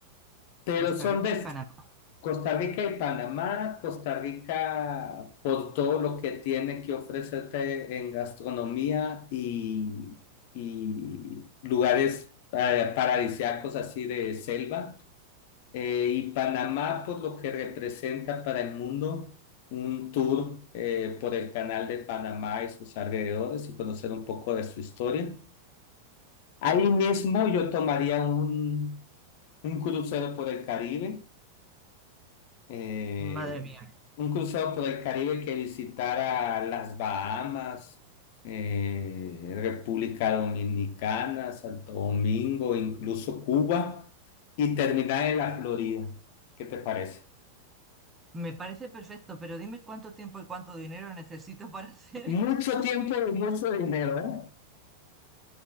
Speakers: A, on the left (about 50°); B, on the right (about 15°).
A: Pero
B: Costa
A: son
B: Rica
A: de
B: y Panamá.
A: Costa Rica y Panamá, Costa Rica por todo lo que tiene que ofrecerte en gastronomía y, y lugares eh, paradisíacos así de selva. Eh, y Panamá por lo que representa para el mundo un tour eh, por el canal de Panamá y sus alrededores y conocer un poco de su historia. Ahí mismo yo tomaría un, un crucero por el Caribe, eh,
B: Madre mía.
A: un crucero por el Caribe que visitara las Bahamas, eh, República Dominicana, Santo Domingo, incluso Cuba y terminar en la Florida. ¿Qué te parece?
B: Me parece perfecto, pero dime cuánto tiempo y cuánto dinero necesito para <laughs> hacer
A: Mucho
B: eso.
A: tiempo y mucho dinero, ¿eh?